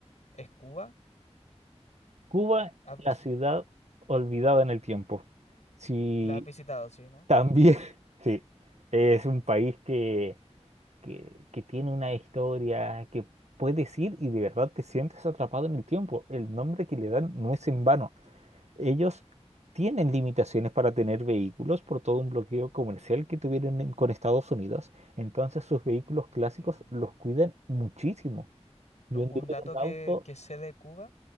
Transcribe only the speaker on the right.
Cuba,
la
ciudad olvidada en el tiempo. Sí,
también, <laughs> sí, es un país que, que, que tiene una historia que puedes ir y de verdad te sientes atrapado en el tiempo. El nombre que le dan no es en vano. Ellos tienen limitaciones para tener vehículos por todo un bloqueo comercial que tuvieron en- con Estados Unidos. Entonces sus vehículos clásicos
los cuidan muchísimo. Yo
anduve
en un auto.